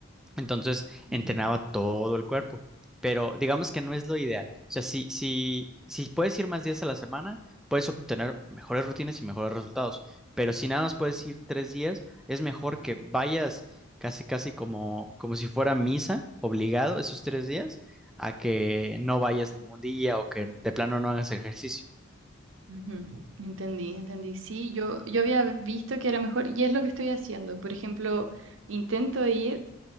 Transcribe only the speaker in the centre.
Entonces entrenaba
todo el cuerpo, pero digamos que no es lo ideal. O sea, si, si, si puedes ir más días a la semana, puedes obtener mejores rutinas y mejores resultados, pero si nada más puedes ir tres días, es mejor que vayas casi, casi como, como si fuera misa, obligado esos tres días, a que no vayas ningún día o que de plano no hagas ejercicio.